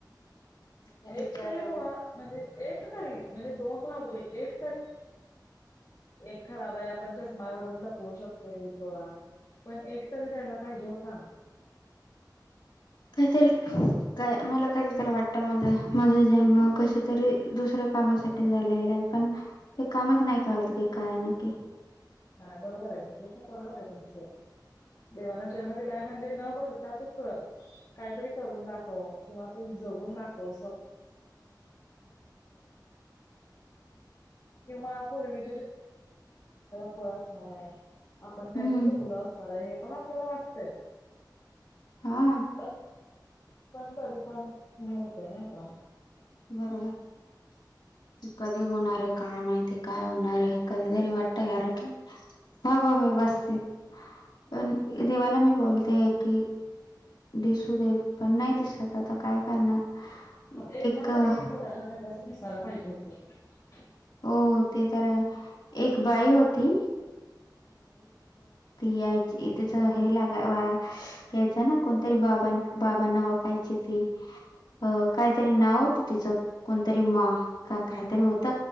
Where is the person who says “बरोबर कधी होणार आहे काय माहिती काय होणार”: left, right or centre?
Left